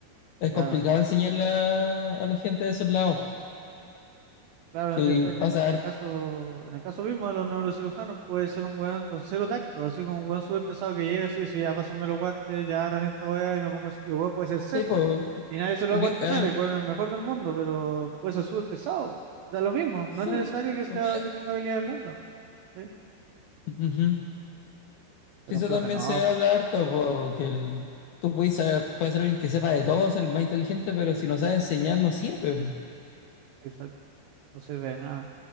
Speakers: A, on the left (about 80°); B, on the right (about 85°).
A: Es
B: Claro,
A: complicado enseñarle a, a la gente de esos lados.
B: claro,
A: Sí,
B: eh, pues, en
A: pasa
B: e- en
A: harto.
B: el caso, en el caso mismo de los neurocirujanos, puede ser un weón con cero tacto, así como un weón súper pesado que llega así y dice, "Sí, ya pásenme los guantes, ya abran esta weá y me pongo así, y el weón puede ser seco,
A: Sí, pues.
B: y nadie se lo
A: Porque,
B: va a cuestionar,
A: el-
B: el weón es el mejor del mundo, pero puede ser súper pesado, da lo mismo,
A: sí,
B: no es necesario que sea,
A: pues,
B: que tenga habilidades blandas, ¿cachai?
A: ujú.
B: Pero
A: Sí, Eso
B: un profe
A: también
B: no,
A: se
B: pues,
A: habla harto, po, que el- tú puedes ser, puedes ser alguien que sepa de todo, ser el más inteligente, pero si no sabes enseñar, no sirve. po.
B: exacto, no sirve de nada.